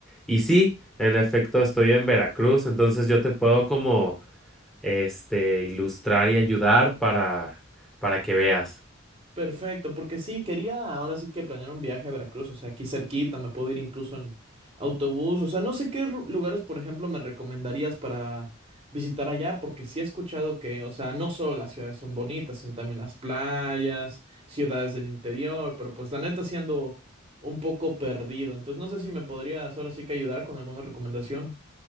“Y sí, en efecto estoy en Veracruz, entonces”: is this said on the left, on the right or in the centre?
Centre